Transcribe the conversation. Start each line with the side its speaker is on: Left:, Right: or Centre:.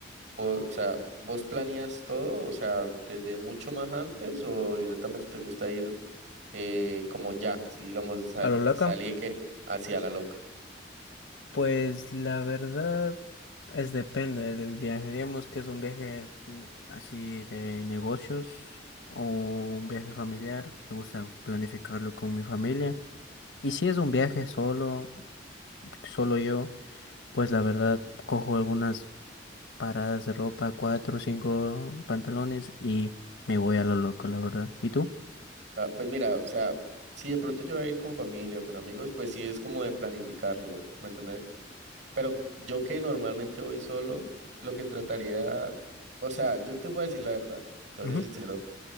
Right: vos, o sea, ¿vos planeas todo? O sea, ¿desde mucho más antes o directamente te gusta ir eh, como ya, si digamos, sa-
Left: A lo loca.
Right: salir que hacia la loca?
Left: Pues la verdad es depende del viaje. Digamos que es un viaje mm, así de negocios o un viaje familiar. Me gusta planificarlo con mi familia. Y si es un viaje solo, solo yo, pues la verdad cojo algunas paradas de ropa, cuatro o cinco pantalones y me voy a lo loco, la verdad. ¿Y tú?
Right: Ah, pues mira, o sea, si de pronto yo voy a ir con familia o con amigos, pues sí es como de planificarlo, ¿me entendés? Pero yo que normalmente voy solo, lo que trataría, o sea, yo te voy a decir la verdad, te voy
Left: Ujú.
Right: a ser sincero,